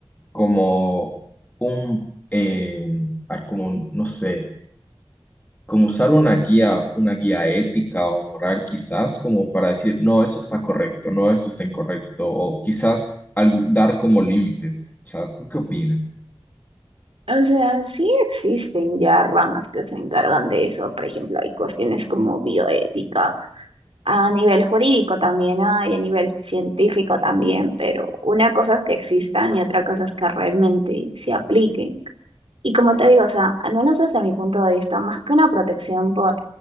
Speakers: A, on the left (about 20°); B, on the right (about 80°).
A: como un, eh, ah, como, un- no sé como usar una guía, una guía ética o moral quizás, como para decir, no, esto está correcto, no, esto está incorrecto, o quizás algo- dar como límites. O sea, ¿tú qué opinas?
B: O sea, sí existen ya ramas que se encargan de eso, por ejemplo, hay cuestiones como bioética, a nivel jurídico también hay, a nivel científico también, pero una cosa es que existan y otra cosa es que realmente se apliquen. Y como te digo, o sea, al menos desde mi punto de vista, más que una protección por